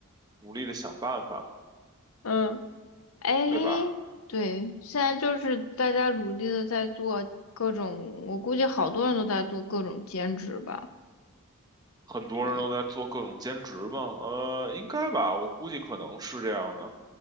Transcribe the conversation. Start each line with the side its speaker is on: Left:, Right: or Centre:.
Right: 努力的想办法，
Left: 嗯，哎，
Right: 对吧？
Left: 对，现在就是大家努力的在做各种，我估计好多人都在做各种兼职吧。
Right: 很多人都在做各种兼职嘛，
Left: 对。
Right: 呃，应该吧，我估计可能是这样的。